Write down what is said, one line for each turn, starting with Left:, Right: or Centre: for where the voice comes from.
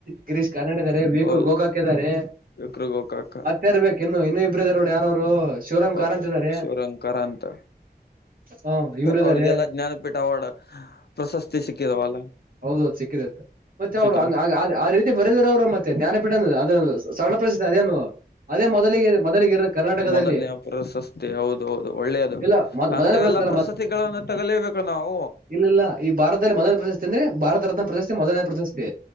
Right: ಕಿರೀಶ್ ಕಾರ್ಡ್ ಇದ್ದಾರೆ ವಿಕುಲ್
Left: ಹೌದು
Right: ಗೊೋಗಾಕ್ ಇದ್ದಾರೆ
Left: ವಿಕ್ರ ಗೋಕಾಕ
Right: ಮತ್ತೆಾರ ಬೇಕು ಇನ್ನು ಇನ್ನುೂ ಇಬ್ಬರು ಇದರ ನೋಡಿ ಯಾರವ್ರು ಶಿವರಾಮ್
Left: ಅವ
Right: ಕಾರಂತ್ ಇದಾರೆ
Left: ಶಿವರಂಕಾರಂತ
Right: ಹ ಇವ್ರ ಇದಾರೆ
Left: ಅವ್ರಿಗೆಲ್ಲ ಜ್ಞಾನಪೀಠ ಅವಾರ್ಡ್ ಪ್ರಶಸ್ತಿ ಸಿಕ್ಕಿದವಲ್ಲ
Right: ಹೌದೌದು ಸಿಕ್ಕಿದೆ ಅಂತ ಮತ್ತೆ
Left: ಸಿಕ್ಕಿ
Right: ಅವ್ರು ಆ ರೀತಿ ಬರದ್ರ ಅವರು ಮತ್ತೆ ಜ್ಞಾನಪೀಠ ಅದ ಸಣ ಅದೇನು ಅದೇ ಮೊದಲಿಗೆ ಮೊದಲಿಗೆ ಇರ ಕರ್ನಾಟಕದಲ್ಲಿ
Left: ಮೊದಲನೇ ಪ್ರಶಸ್ತಿ ಹೌದು ಹೌದು ಒಳ್ಳೆಯದು
Right: ಇಲ್ಲ ಮೊದ್
Left: ಅಂತಾಗಲ್ಲ
Right: ಮೊದಲ ಪ್ರಶಸ್ತಿ
Left: ಎಲ್ಲ ಪ್ರಸತಿಗಳನ್ನ ತಗಲೇಬೇಕು ನಾವು
Right: ಇಲ್ಲ ಇಲ್ಲ ಈ ಭಾರತದಲ್ಲಿ ಮೊದಲನ ಪ್ರಶಸ್ತಿ ಅಂದ್ರೆ ಭಾರತ ರತ್ನ ಪ್ರಶಸ್ತಿ ಮೊದಲನ ಪ್ರಶಸ್ತಿ